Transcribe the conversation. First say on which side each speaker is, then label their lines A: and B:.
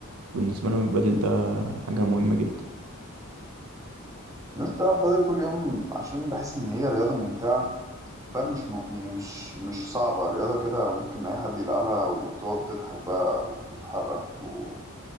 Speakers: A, on the right; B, on the right.
A: بالنسبة لهم البدل ده حاجة مهمة جدا
B: الناس بتلعب بدل كل يوم عشان بحس إن هي رياضة ممتعة فاهم مش م... يعني مش مش صعبة رياضة كده ممكن أي حد يلعبها وتقعد تضحك بقى وتتحرك و...